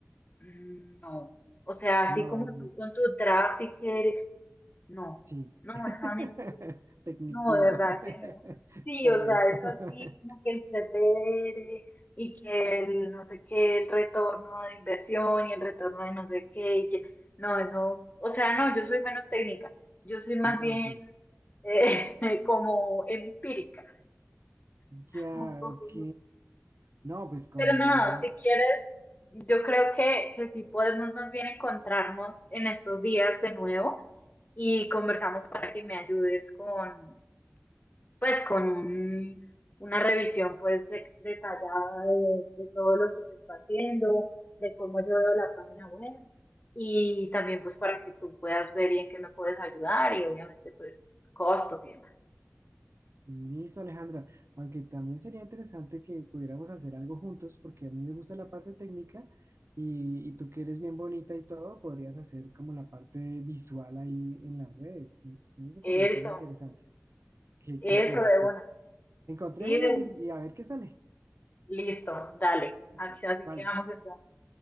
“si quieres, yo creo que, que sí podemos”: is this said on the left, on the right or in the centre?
Left